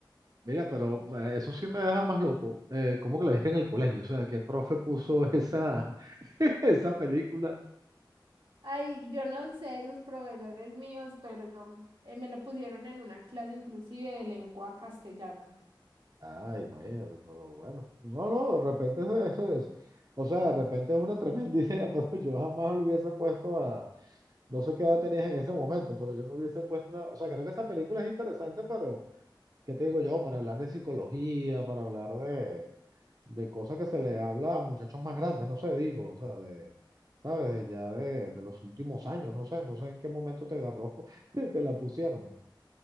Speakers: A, on the right; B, on the right.
A: Mira, pero eh, eso sí me deja más loco. Eh, ¿cómo que la viste en el colegio? O sea, ¿qué profe puso esa, <laughs> esa película?
B: Ay, yo no sé, esos profesores míos, pero eh, me lo pusieron en una clase inclusive de lengua castellana.
A: Ah, imagínate, pero bueno. No, no, de repente eso, eso es. O sea, de repente es una tremenda <laughs> idea, pero yo jamás lo hubiese puesto a. No sé qué edad tenías en ese momento, pero yo no hubiese puesto una. O sea, creo que esa película es interesante, pero ¿qué te digo yo? Para hablar de psicología, para hablar de, de cosas que se le habla a muchachos más grandes, no sé, digo, o sea, de. ¿Sabes? De Ya de, de los últimos años, no sé, no sé en qué momento te agarró, <laughs> te la pusieron.